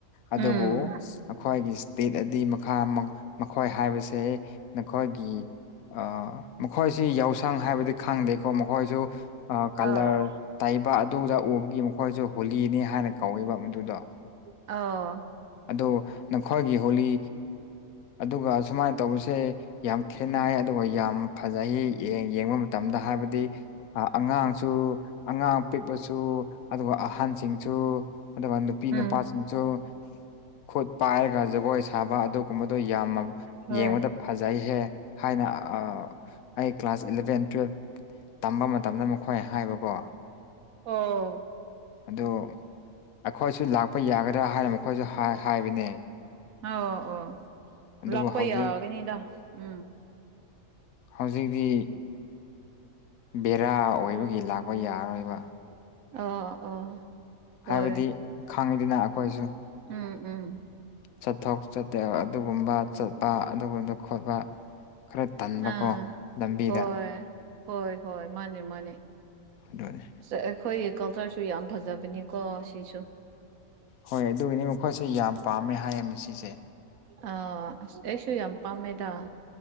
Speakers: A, on the left; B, on the right.
A: ꯑꯗꯨꯕꯨ
B: ꯎꯝ
A: ꯑꯩꯈꯣꯏꯒꯤ ꯏꯁꯇꯦꯠ ꯑꯗꯤ ꯃꯈꯥ ꯃꯈꯣꯏ ꯍꯥꯏꯕꯁꯦ ꯅꯈꯣꯏꯒꯤ ꯑꯥ ꯃꯈꯣꯏꯁꯤ ꯌꯥꯎꯁꯪ ꯍꯥꯏꯕꯗꯤ ꯈꯪꯗꯦꯀꯣ ꯃꯈꯣꯏꯁꯨ ꯀꯂꯔ
B: ꯑꯥ
A: ꯇꯩꯕ ꯑꯗꯨꯗ ꯎꯕꯒꯤ ꯃꯈꯣꯏꯁꯨ ꯍꯨꯂꯤꯅꯤ ꯍꯥꯏꯅ ꯀꯧꯋꯦꯕ ꯃꯗꯨꯗꯣ
B: ꯑꯣ
A: ꯑꯗꯣ ꯅꯈꯣꯏꯒꯤ ꯍꯣꯂꯤ ꯑꯗꯨꯒ ꯁꯨꯃꯥꯏꯅ ꯇꯧꯕꯁꯦ ꯌꯥꯝ ꯈꯦꯠꯅꯥꯏ ꯑꯗꯨꯒ ꯌꯥꯝ ꯐꯖꯩ ꯌꯦꯡꯕ ꯃꯇꯝꯗ ꯍꯥꯏꯕꯗꯤ ꯑꯉꯥꯡꯁꯨ ꯑꯉꯥꯡ ꯄꯤꯛꯄꯁꯨ ꯑꯗꯨꯒ ꯑꯍꯟꯁꯤꯡꯁꯨ ꯑꯗꯨꯒ ꯅꯨꯄꯤ
B: ꯎꯝ
A: ꯅꯨꯄꯥꯁꯤꯡꯁꯨ ꯈꯨꯠ ꯄꯥꯏꯔꯒ ꯖꯒꯣꯏ ꯁꯥꯕ ꯑꯗꯨꯒꯨꯝꯕꯗꫭ ꯌꯥꯝꯅ
B: ꯍꯣꯏ
A: ꯌꯦꯡꯕꯗ ꯐꯖꯩꯍꯦ ꯍꯥꯏꯅ ꯅ ꯑꯥ ꯑꯩ ꯀ꯭ꯂꯥꯁ ꯏꯂꯚꯦꯟ ꯇꯨꯋꯦꯜꯞ ꯇꯝꯕ ꯃꯇꯝꯗ ꯃꯈꯣꯏ ꯍꯥꯏꯕꯀꯣ
B: ꯑꯣ
A: ꯑꯗꯨ ꯑꯩꯈꯣꯏꯁꯨ ꯂꯥꯛꯄ ꯌꯥꯒꯗ꯭ꯔꯥ ꯍꯥꯏꯅ ꯃꯈꯣꯏꯁꯨ ꯍꯥꯏ ꯍꯥꯏꯕꯅꯦ
B: ꯑꯧ ꯑꯧ
A: ꯑꯗꯨꯕꯨ
B: ꯂꯥꯛꯄꯩ
A: ꯍꯧꯖꯤꯛ
B: ꯌꯥꯒꯅꯤꯗ ꯎꯝ
A: ꯍꯧꯖꯤꯛꯇꯤ ꯕꯦꯔꯥ ꯑꯣꯏꯕꯒꯤ ꯂꯥꯛꯄ ꯌꯥꯔꯔꯣꯏꯕ
B: ꯑꯣ ꯑꯣ ꯍꯣꯏ
A: ꯍꯥꯏꯕꯗꯤ ꯈꯪꯉꯤꯗꯅ ꯑꯩꯈꯣꯏꯁꯨ
B: ꯎꯝ ꯎꯝ
A: ꯆꯠꯊꯣꯛ ꯆꯠꯇꯦ ꯑꯗꯨꯒꯨꯝꯕ ꯆꯠꯄ ꯑꯗꯨꯒꯨꯝꯕꯗꯨ ꯈꯣꯠꯄ ꯈꯔ ꯇꯟꯕꯀꯣ
B: ꯑꯥ
A: ꯂꯝꯕꯤꯗ
B: ꯍꯣꯏ ꯍꯣꯏ ꯍꯣꯏ ꯃꯥꯅꯦ ꯃꯥꯅꯦ
A: ꯑꯗꯨꯅꯤ
B: ꯁꯦ ꯑꯩꯈꯣꯏ ꯀꯜꯆꯔꯁꯨ ꯌꯥꯝ ꯐꯖꯕꯅꯤꯀꯣ ꯁꯤꯁꯨ
A: ꯍꯣꯏ ꯑꯗꯨꯒꯤꯅꯤ ꯃꯈꯣꯏꯁꯦ ꯌꯥꯝ ꯄꯥꯝꯃꯦ ꯍꯥꯏꯌꯦ ꯃꯁꯤꯁꯦ
B: ꯑ ꯑꯁ ꯑꯩꯁꯨ ꯌꯥꯝ ꯄꯥꯝꯃꯦꯗ